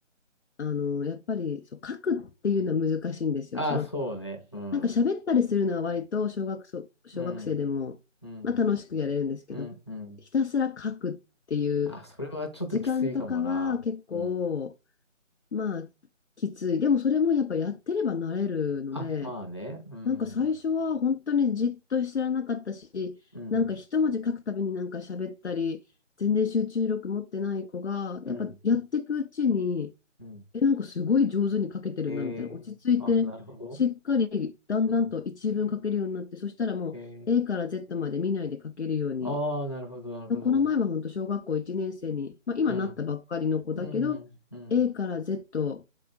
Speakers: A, on the left (about 60°); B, on the left (about 20°).
A: あのーやっぱりそう書くっていうのは難しいんですよ。
B: あ、
A: その、
B: そうね。うん、
A: なんか喋ったりするのは割と小学そ、小学生でも、
B: うん、うん、
A: まあ、楽しくやれるんですけど、
B: うん、うん。
A: ひたすら書くっていう
B: あ、それはちょっときついかもな。
A: 時間とかは結構、
B: うん。
A: まあ、きつい。でもそれもやっぱやってれば慣れるので、
B: あ、まあね。うん、
A: なんか最初は本当にじっとしてらなかったし、
B: うん、
A: なんか一文字書くたびになんか喋ったり、全然集中力持ってない子が、
B: うん、
A: やっぱやっていくうちに、
B: うん。
A: え、なんかすごい上手に書けてるなみたいな、
B: えー、
A: 落ち着いて、
B: あ、なるほど。
A: しっかりだんだんと一文書けるようになって、
B: うん。
A: そしたらもう
B: え
A: A から Z まで見ないで書けるように。
B: ー、ああ、なるほど、なるほど。
A: この前は本当小学校1年生に、まあ、今なったばっかりの子だけど、
B: うん。うん、うん。
A: A から Z